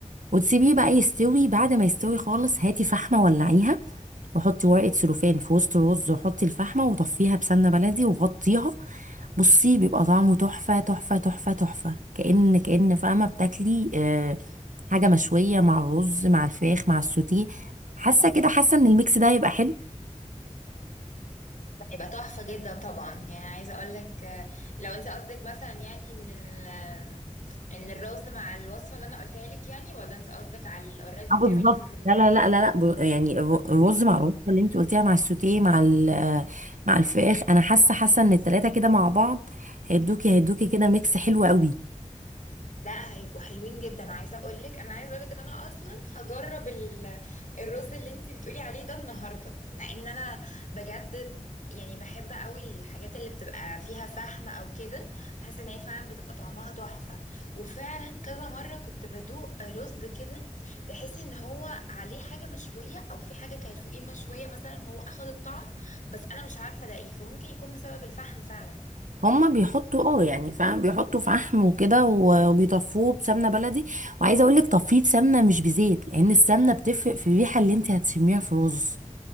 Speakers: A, on the right; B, on the left.
A: وتسيبيه بقى يستوي بعد ما يستوي خالص هاتي فحمة ولعيها وحطي ورقة سلوفان في وسط الرز وحطي الفحمة وطفيها بسمنة بلدي وغطيها بصي بيبقى طعمه تحفة تحفة تحفة تحفة كأن كأن فاهمة بتاكلي آه، حاجة مشوية مع الرز مع الفراخ مع السوتيه حاسة كده حاسة ان الميكس ده هيبقى حلو
B: هيبقى تحفة جدا طبعا يعني عايزة اقول لك آه، لو انت قصدك مثلا يعني ان ال ان الرز مع الوصفة اللي انا قلتها لك يعني ولا انت قصدك على الاوريدي
A: اه
B: بتعمليه
A: بالظبط
B: في الرز
A: لا لا لا لا لا ب- يعني الر- الرز مع الرز اللي انت قلتيها مع السوتيه مع ال- آه، مع الفراخ انا حاسة حاسة ان التلاتة كده مع بعض هيدوكي هيدوكي كده ميكس حلو قوي
B: لا هيبقوا حلوين جدا عايزه اقول لك انا عايزه اقول لك ان انا اصلا هجرب ال- الرز اللي انت بتقولي عليه ده النهارده لان انا بجد يعني بحب قوي الحاجات اللي بتبقى فيها فحم او كده بحس ان هي فعلا بتبقى طعمها تحفه وفعلا كذا مره كنت بدوق رز كده تحسي ان هو عليه حاجه مشويه او في حاجه كانت فوقيه مشويه مثلا هو اخد الطعم بس انا مش عارفه ده ايه فممكن يكون بسبب الفحم فعلا
A: هما بيحطوا اه يعني فاهم بيحطوا في عحم وكده و- وبيطفوه بسمنه بلدي وعايزه اقول لك تفيض سمنه مش بزيت لان السمنه بتفرق في الريحه اللي انت هتشميها في الرز